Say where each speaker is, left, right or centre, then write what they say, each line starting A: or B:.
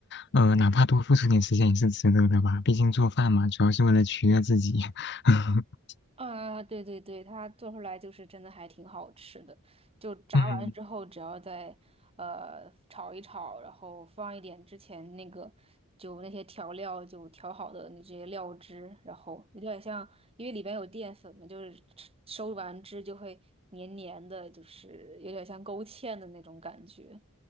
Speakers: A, on the left; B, on the right.
A: 呃，哪怕多付出点时间也是值得的吧。毕竟做饭嘛，主要是为了取悦自己。<laughs>
B: 啊，对对对，它做出来就是真的还挺好吃的。就炸完之后，
A: 嗯
B: 只要再呃炒一炒，然后放一点之前那个就那些调料就调好的那些料汁，然后有点像，因为里边有淀粉嘛，就是吃收完汁就会黏黏的，就是有点像勾芡的那种感觉，